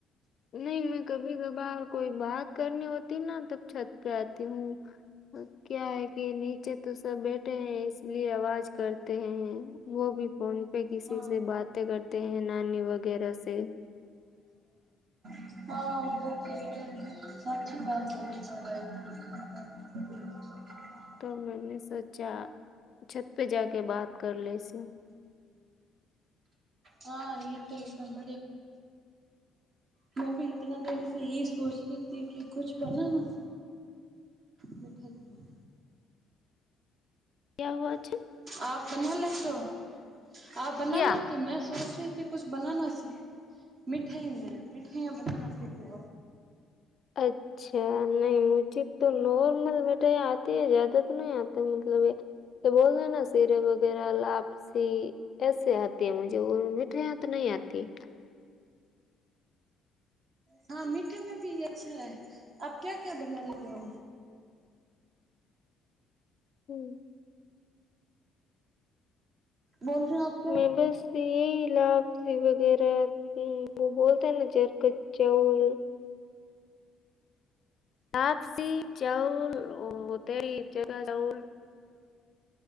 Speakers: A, on the left (about 55°); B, on the right (about 50°).
A: નહી મેં કભી કભાર કોઈ બાત કરની હોતી ના ત છત પે આતી હું ક્યા હૈ કે નીચે તો સબ બેઠે હૈ ઇસ્લાયે આવાજ કરતે હૈ વો ભી ફોન પે કસી
B: હા
A: સ બાત કરતે હૈ નાની વગેરા શે
B: હા બ સાચી વાત બોળી ગયા છે <inaudible>
A: તો મેને સોચા છત પે જાકે બાત કર લે શી
B: હા <unintelligible> મેં ભી ઇતના દિન યેહી સોચતી થી કી કુછ બનાના મીઠાય મે <inaudible>
A: ક્યા હુવા છે
B: આપ બના લેતો આપ બના
A: ક્યા
B: લેતો મેં સોચ્યું થી કુછ બનાના સીખ મીઠાઈ મે મીઠાઈયા બનાના સીખું
A: અચ્છા નહી મુછી તો નોર્મલ મિઠાઈ આતી જ્યાદા તો નહી આતી <unintelligible> સીરે વગેરા લાપસી એસે આતી હ મુજ મીઠાઈ હ તો નહી આતી
B: હા મીઠે મે ભી અચ્છા હૈ આપ ક્યા ક્યા બના લેતે હો
A: હમ
B: બોલ રહ આપ
A: મેં બસ યેહી લાભ લી વગેરા હ બોલતા ચરકત ચવલ લાપસી ચાઉલ તેરી <unintelligible>